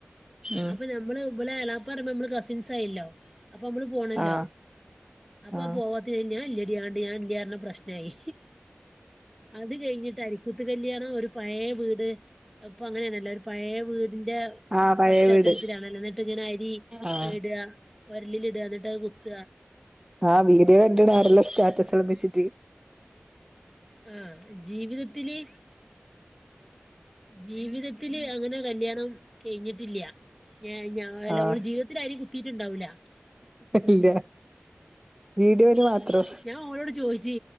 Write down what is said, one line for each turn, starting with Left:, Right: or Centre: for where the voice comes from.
Right: ഉം
Centre: അപ്പൊ ഞമ്മള് ഇവലെ എളാപ്പർയുമ്പൊ ഞമ്മള് കസിൻസായില്ലോ അപ്പ മ്മള് പോണല്ലോ
Right: ആ
Centre: അപ്പ
Right: ആ
Centre: പോവാ ഞ ഇല്ലെടി ആണ്ട് ഞാൻ ഇല്ല്യാ പർഞ പ്രശ്നായി അത് കഴിഞ്ഞിട്ട് അരി കുത്ത് കല്ല്യാണം ഒരു പഴേ വീട് അത് പ്പൊ അങ്ങനേണല്ലൊ ഒരു പഴേ വീടിന്റെ
Right: ആ പഴയ
Centre: പശ്ചാത്തലത്തിലാണല്ലൊ
Right: വീട്
Centre: ന്ന്ട്ട്ങ്ങനെ അരി
Right: ആ
Centre: ഇട ഒരലിൽ ഇട ന്ന്ട്ടത് കുത്ത
Right: ആഹ് വീഡിയോ കണ്ട്ണ് ആരെല്ലോ സ്റ്റാറ്റസെല്ലം വെച്ച്ട്ട്
Centre: ആഹ് ജീവിതത്തില് ജീവിതത്തില് അങ്ങനെ കല്യാണം കെയ്ഞ്ഞിട്ടില്ല ഞ ഞ അല്ല
Right: ആഹ്
Centre: ഓള് ജീവിത ത്തിലരി കുത്തീറ്റ്ണ്ടാവൂല്ലാ
Right: ഇല്ല വീഡിയോല് മാത്രം
Centre: ഞാൻ ഓളോട് ചോദിച്ച്